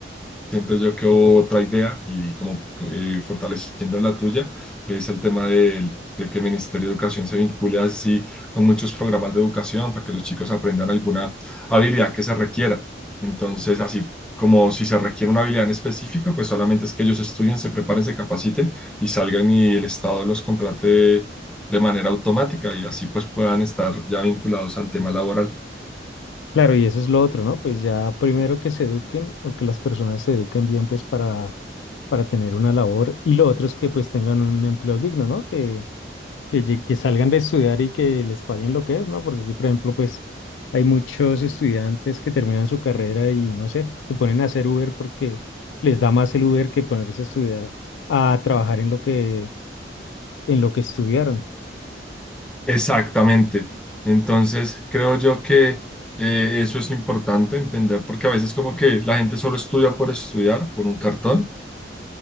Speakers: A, in the centre; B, on the left.
A: siento yo que otra idea y como eh, fortaleciendo la tuya es el tema del- de, que el Ministerio de Educación se vincule así con muchos programas de educación para que los chicos aprendan alguna habilidad que se requiera. Entonces, así como si se requiere una habilidad en específico, pues solamente es que ellos estudien, se preparen, se capaciten y salgan y el Estado los contrate de manera automática y así pues puedan estar ya vinculados al tema laboral.
B: Claro, y eso es lo otro, ¿no? Pues ya primero que se eduquen o que las personas se eduquen bien, pues para, para tener una labor. Y lo otro es que pues tengan un empleo digno, ¿no? Que que, lle- que salgan de estudiar y que les paguen lo que es, ¿no? Porque aquí, por ejemplo, pues hay muchos estudiantes que terminan su carrera y, no sé, se ponen a hacer Uber porque les da más el Uber que ponerse a estudiar, a trabajar en lo que, en lo que estudiaron.
A: Exactamente. Entonces, creo yo que eh, eso es importante entender, porque a veces como que la gente solo estudia por estudiar, por un cartón,